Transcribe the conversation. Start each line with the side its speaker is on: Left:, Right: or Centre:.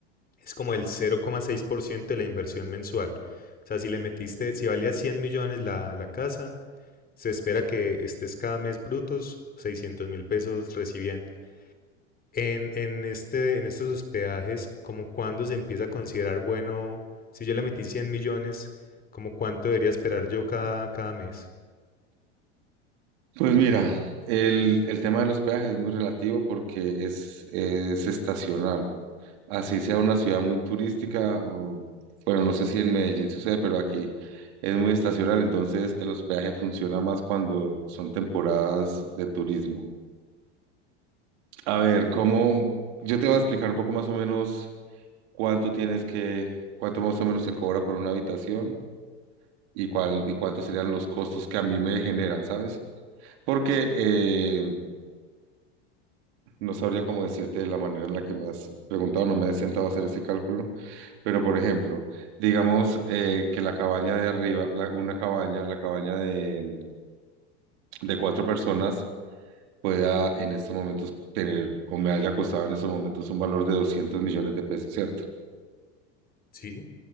Left: es como el cero coma seis por ciento de la inversión mensual. O sea, si le metiste, si valía 100 millones la, la casa, se espera que estés cada mes brutos seiscientos mil pesos recibiendo. En, en, este, en estos hospedajes, como cuándo se empieza a considerar bueno, si yo le metí 100 millones, como cuánto debería esperar yo cada, cada mes.
Right: Pues mira, el, el tema de los peajes es muy relativo porque es, es estacional. Así sea una ciudad muy turística, o, bueno, no sé si en Medellín sucede, pero aquí es muy estacional, entonces el hospedaje funciona más cuando son temporadas de turismo. A ver, ¿cómo? Yo te voy a explicar un poco más o menos cuánto tienes que, cuánto más o menos se cobra por una habitación y cuál y cuántos serían los costos que a mí me generan, ¿sabes? Porque eh, no sabría cómo decirte de la manera en la que me has preguntado, no me he sentado a hacer ese cálculo, pero por ejemplo, digamos eh, que la cabaña de arriba, la- una cabaña, la cabaña de, de cuatro personas pueda en estos momentos tener o me haya costado en estos momentos un valor de 200 millones de pesos, ¿cierto?
Left: Sí,